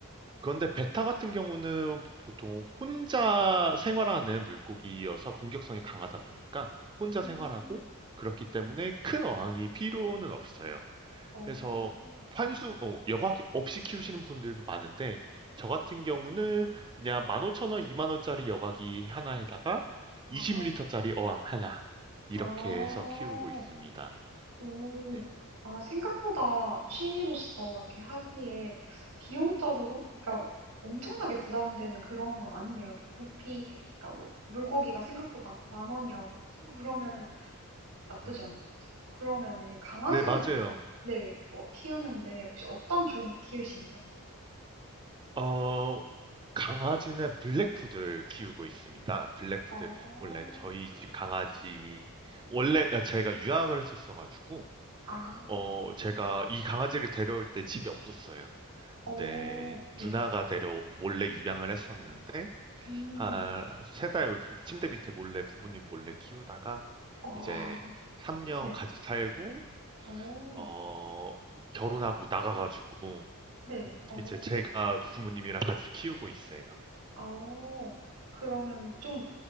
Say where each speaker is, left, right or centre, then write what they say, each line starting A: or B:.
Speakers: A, on the right; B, on the right.
A: 그런데 베타 같은 경우는 보통 혼자 생활하는 물고기여서 공격성이 강하다 보니까 혼자
B: 음.
A: 생활하고 그렇기 때문에 큰 어항이 필요는 없어요.
B: 어.
A: 해서 환수 어, 여과기 없이 키우시는 분들도 많은데 저 같은
B: 음.
A: 경우는 그냥 15,000원, 2만원짜리 여과기 하나에다가 20리터짜리
B: 아하.
A: 어항 하나 이렇게
B: 아.
A: 해서 키우고 있습니다.
B: 오.
A: 네,
B: 아 생각보다 취미로서 이렇게 하기에 비용적으로 그러니까 엄청나게 부담되는 그런 건 아니네요. 이게 구피 그러니까 뭐 물고기가 생각보다 만 원이라든지 그러면은 나쁘지
A: 음,
B: 않은 것 같아요. 그러면은 강아지는
A: 네 맞아요.
B: 근데 네, 어, 키우는데 혹시 어떤 종 키우시나요?
A: 어, 강아지는 블랙푸들 키우고 있습니다. 블랙푸들
B: 어.
A: 원래 저희 집 강아지 원래 제가 유학을 했었어가지고
B: 아.
A: 어, 제가 이 강아지를 데려올 때 집이 없었어요. 근데
B: 어.
A: 누나가
B: 네.
A: 데려 몰래 입양을 했었는데
B: 음.
A: 한 세 달 침대 밑에 몰래 부모님 몰래 키우다가
B: 어.
A: 이제 3년
B: <laughs> 네.
A: 같이 살고
B: 어.
A: 어 결혼하고 나가가지고
B: 네. 어.
A: 이제 제가 부모님이랑 같이 키우고 있어요.
B: 어. 그러면 좀